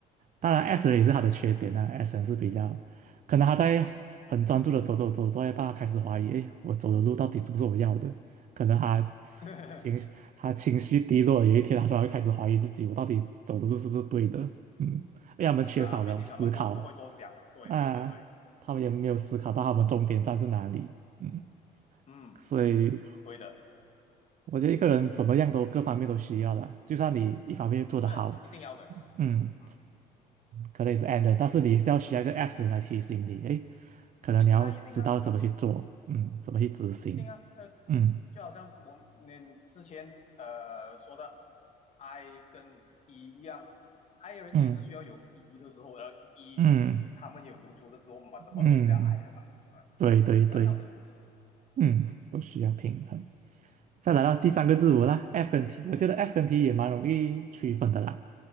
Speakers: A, on the right; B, on the left.
A: 当然 S 人也是他的缺点呐。S 人是比较，可能他在很专注的走走走，走到一半他开始怀疑，诶，我走的路到底是不是我要的？可能他
B: <laughs> 呵呵，
A: 情他情绪低落，有一天他突然开始怀疑自己，我到底走的路是不是对的？嗯，因为他们缺少了思考
B: 啊，毕竟他们不不会多想啊，对对对对，
A: 啊，他们也没有思考到他们终点站是哪里。嗯，
B: 嗯嗯，
A: 所以
B: 对的，
A: 我觉得一个人怎么样都各方面都需要的，就算你一方面做得好，
B: 那一定要的，
A: 嗯。
B: 嗯，
A: 可能也是 and 的但是你是要需要一个 s 来提醒你，诶，可能你要知道怎么去做，
B: 一定啊一定啊。
A: 嗯，怎么去执行，
B: 一定啊，那
A: 嗯
B: 就好像我们你之前呃说的 I 跟 E 一样，I 人也是需要有
A: 嗯
B: E 的时候，然后 E
A: 嗯
B: 他们有读出的时候嘛，怎么都是要
A: 嗯，
B: I 的吧？嗯，
A: 对对对，
B: 同样道理，其实
A: 嗯，都需要平衡。再来到第三个字母啦，F 跟 T，我觉得 F 跟 T 也蛮容易区分的啦。